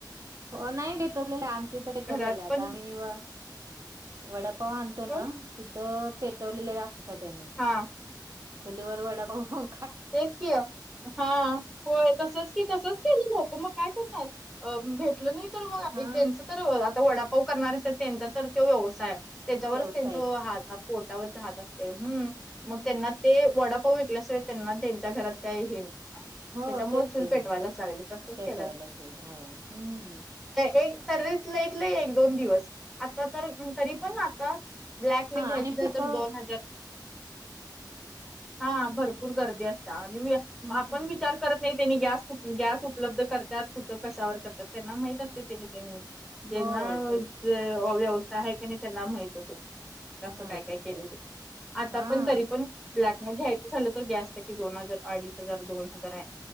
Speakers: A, on the right; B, in the centre.
A: हो नाही भेटवलेलं आहे. आमच्या इथे भेटवलेले
B: घरात
A: आहे
B: पण
A: आता. आम्ही व वडाप - पप्पा आणतो
B: पण
A: ना? तिथं पेटवलेले अक्षरशा त्यानी.
B: हा
A: चुलीवर वडा पाव खाऊन.
B: तेच की. हा. होय तसच की. तसच केलेल होत. मग काय करणार? भेटल नाही तर मग
A: हा
B: त्यांच- तर, आता वडापाव करणारे असतात त्यांचा तर तो व्यवसायये. त्याच्यावरच
A: व्यवसायच
B: त्यांच हात पोटावरचे हात असते. हम्म.
A: हम्म
B: मग त्यांना ते वडापाव- ल्याशिवाय त्यांना त्यांच्या घरात कायईल?
A: हो
B: त्याच्यामुळं
A: तेच
B: चूल
A: की
B: पेटवायलाच
A: मग
B: लागली. तसच
A: पेटवायलाच
B: केलं.
A: हवे हम्म
B: एक तरीतलं एक दोन दिवस. आता तर तरी- पण आताच. ब्लॅकने
A: हा
B: घ्यायच
A: आणि
B: असल
A: फेक
B: तर दोन हजार. हा. भरपूर गर्दी असता. आणि
A: हम्म
B: आपण विचार करत नाही- त्यानी गॅस कु गॅस उपलब्ध करतात. कुठं कशावर करतात? त्यांना माहित असते. तेने ते- ज्यांना
A: हो तेच
B: अ व्यवसाय आहे की नाही? त्यांना माहित होते. असं
A: माहितच
B: काय काय केल
A: आहे
B: ते. आता
A: हा
B: पण, तरी पण ब्लॅकने घ्यायचं झालं- तर गॅस टाकी दोन हजार, अडीच हजार दोन हजार आहे